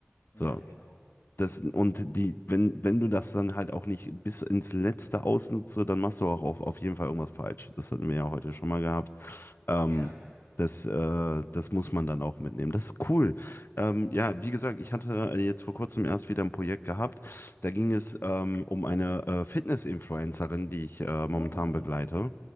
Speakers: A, on the left (about 85°); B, on the left (about 60°).
A: ja,
B: So,
A: genau.
B: Das, und die, wenn, wenn du das dann halt auch nicht bis ins Letzte ausnutzt, dann machst du auch auf, auf jeden Fall irgendwas falsch. Das hatten wir ja heute schon mal gehabt. Ähm,
A: Ja.
B: das, äh, das muss man dann auch mitnehmen. Das ist cool. Ähm, ja, wie gesagt, ich hatte jetzt vor kurzem erst wieder ein Projekt gehabt. Da ging es ähm, um eine äh, Fitness-Influencerin, die ich äh, momentan
A: Oh,
B: begleite.